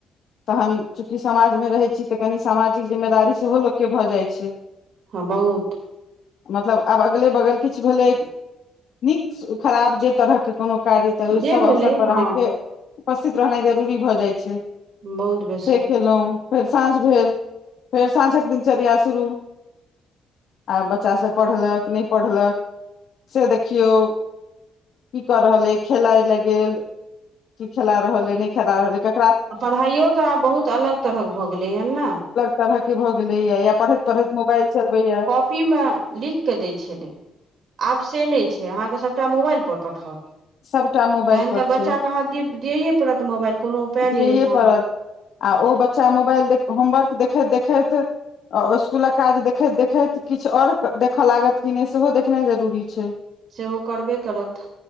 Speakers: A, on the left (about 65°); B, on the right (about 65°).
A: तखन चूँकि समाजमे रहै छै तऽ कनि सामाजिक जिम्मेदारी सेहो लोकके भऽ जाइ छै
B: हँ बहुत
A: मतलब आब अगले बगल किछु भेलैक नीक खराब जे तरहके कोनो कार्य तऽ ओहि सब
B: जे भेलै
A: अवसर पर
B: हँ
A: अहाँके उपस्थित रहनाइ जरूरी भऽ जाइ छै
B: बहुत बेसी
A: से केलौं फेर साँझ भेल फेर साँझक दिनचर्या शुरू आब बच्चा सब पढ़लक कि नै पढ़लक से देखियौ की कर रहल अई खेलाय ला गेल की खेला रहल अई नै खेला रहल अई क
B: आ पढ़ाइयो तऽ आब बहुत अलग तरहक भऽ गेलै हेन ने
A: तरह के भऽ गेलै या या पढ़ैत पढ़ैत मोबाइल चलबै या
B: <unintelligible> मे लिख के दै छलै आब से नै छै अहाँके सबटा मोबाइल पर पठावत
A: सभटा मोबाइल
B: तहन
A: पर
B: तऽ बच्चा
A: छै
B: के अहाँ दि दियैए पड़त मोबाइल कोनो उपाय
A: दियैए
B: नहि अछि अहाँ
A: पड़त
B: लग
A: आ ओ बच्चा मोबाइल देख होमवर्क देखैत देखैत आ इस्कुलक काज देखैत देखैत किछ आओर देखय लागत कि नै सेहो देखनाइ जरूरी छै
B: से ओ करबे करत